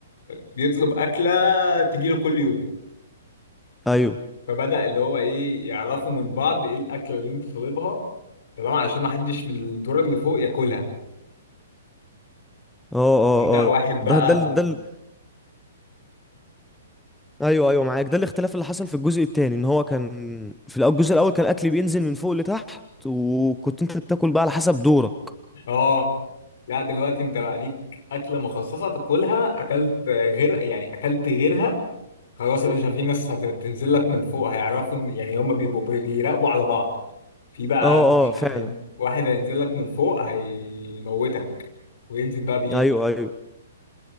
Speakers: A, on the left; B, in the centre.
A: بيطلب اكلة تجيله كل يوم
B: ايوه
A: فبدأ اللي هو ايه يعرفوا من بعض ايه الاكله اللي انت طالبها تمام عشان ما حدش من الدور اللي فوق ياكلها
B: اه اه
A: بدأ واحد
B: اه
A: بقى
B: ده ده ال- ده ال- ايوه ايوه معاك ده الاختلاف اللي حصل في الجزء التاني ان هو كان في الأول- الجزء الاول كان الاكل بينزل من فوق لتحت وكنت انت بتاكل بقى على حسب دورك
A: اه لا دلوقتي انت بقى ليك اكله مخصصه تاكلها اكلت غير يعني اكلت غيرها خلاص يا باشا في ناس هتنزل لك من فوق هيعرفوا إن- يعني هم بيبقوا بي- بيراقبوا على بعض في بقى
B: اه
A: ال-
B: اه فعلا
A: واحد هينزل لك من فوق هيموتك وينزل بقى
B: ايوه ايوه